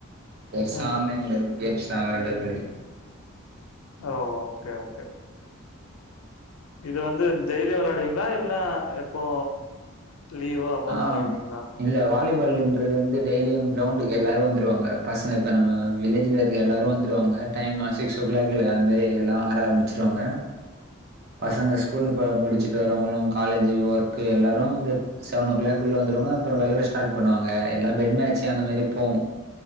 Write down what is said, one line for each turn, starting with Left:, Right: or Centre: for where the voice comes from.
Right: பெருசா
Left: ம்.
Right: ஆன்லைன்ல எது கேம்ஸ்லா வெளாடுறது இல்ல
Left: ஓ ஓகே ஓகே இது வந்து டெய்லியு வெளையாடுவீங்களா இல்ல எப்போ லீவா அப்பதா
Right: ஆ
Left: விளையாடுவீங்களா
Right: இல்ல வாலிபால்ன்றது வந்து டெய்லியு கிரௌண்டுக்கு எல்லாரு வந்துருவாங்க பசங்க இப்ப நம்ம வில்லேஜ்ல எல்லாரு வந்துருவாங்க டைம் சிக்ஸ் ஓ கிளாக்கு அந்மேரி எல்லா வர ஆரம்பிச்சிருவாங்க
Left: <unintelligible>
Right: பசங்க
Left: ம்.
Right: ஸ்கூல் ப முடிச்சிட்டு வரவங்களு காலேஜ்ஜு ஒர்க்கு எல்லாரு இந்த செவன் ஓ கிளாக் உள்ள வந்துருவாங்க அப்றோ வெள்ளட ஸ்டார்ட் பண்ணுவாங்க எல்லா பெட் மேட்ச்சு அந்தமாரி போவோ